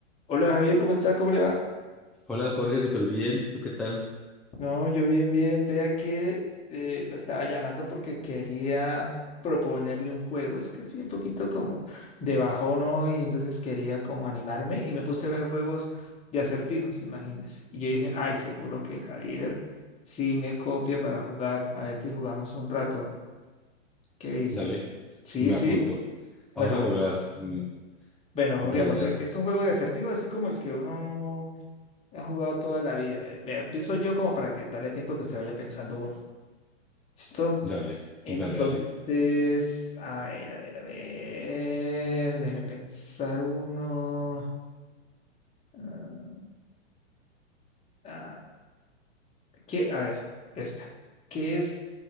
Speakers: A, on the left; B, in the centre.
A: Hola Javier, ¿cómo está? ¿Cómo le va?
B: Hola Jorge, súper bien. ¿Tú qué tal?
A: No, yo bien, bien. Vea que eh, lo estaba llamando porque quería proponerle un juego. Es que estoy un poquito como de bajón hoy, entonces quería como animarme y me puse a ver juegos de acertijos, imagínese. Y yo dije, ay, seguro que Javier sí me copia para jugar. A ver si jugamos un rato. ¿Qué dice?
B: Dale,
A: Sí,
B: me
A: sí.
B: apunto.
A: Bueno,
B: Vamos a
A: bueno.
B: jugar. Mm,
A: Bueno,
B: Dale,
A: juguemos.
B: dale,
A: E- Es un juego de acertijos así como el que uno Ha jugado toda la vida. ve- Vea, empiezo yo como para que darle tiempo que se vaya pensando uno. ¿Listo?
B: dale,
A: Entonces,
B: dale, dale.
A: a ver, a ver, a ver. Déjeme pensar uno. Ah, ah, ¿qué? A ver, esta. ¿Qué es